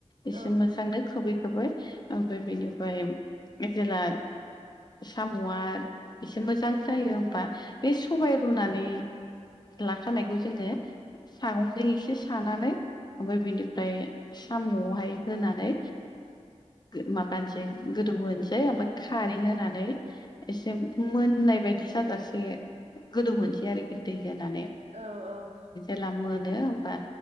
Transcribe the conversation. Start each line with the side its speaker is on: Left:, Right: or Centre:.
Right: औ
Left: एसे मोजांनो खोबै खोबै ओमफ्राय बेनिफ्राय जेला साम'आ एसे मोजां जायो होमबा। बे सबाय रुनानै लाखानायखौ जोङो सागंजों एसे सानानै ओमफ्राय बिनिफ्राय साम'आवहाय होनानै माबानोसै गोदौ होनोसै ओमफ्राय खारै होनानै एसे मोननाय बायदि साजासे गोदौहसै आरोखि दै जानानै
Right: औ औ
Left: जब्ला मोनो होमबा